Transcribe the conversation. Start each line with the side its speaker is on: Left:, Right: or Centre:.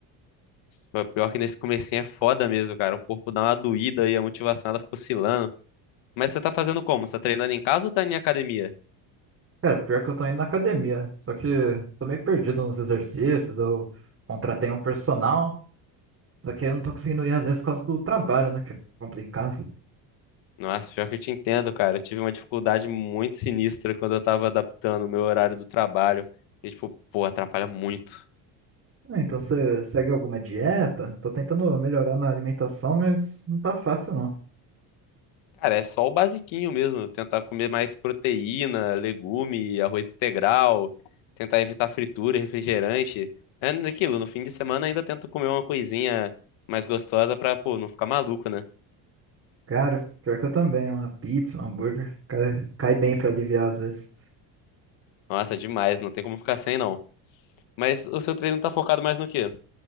Left: Pô, Pior que nesse comecinho é foda mesmo, cara. O corpo dá uma doída e a motivação ela fica oscilando. Mas você tá fazendo como? Você tá treinando em casa ou tá em academia?
Right: Cara, pior que eu tô indo na academia, só que tô meio perdido nos exercícios, eu contratei um personal, só que eu não tô conseguindo ir às vezes por causa do trabalho, né, que é complicado.
Left: Nossa, pior que eu te entendo, cara. Eu tive uma dificuldade muito sinistra quando eu tava adaptando o meu horário do trabalho. E, tipo, pô, atrapalha muito.
Right: Ah, Então você segue alguma dieta? Tô tentando melhorar na alimentação, mas não tá fácil
Left: Cara, é só o basiquinho mesmo. Tentar comer mais proteína, legume, arroz integral. Tentar evitar fritura, refrigerante. É naquilo, no fim de semana ainda tento comer uma coisinha mais gostosa pra, pô, não ficar maluco, né?
Right: Cara, pior que eu também, uma pizza, um hambúrguer, cai, cai bem pra aliviar às vezes.
Left: Nossa, demais. Não tem como ficar sem, não. Mas o seu treino tá focado mais no quê?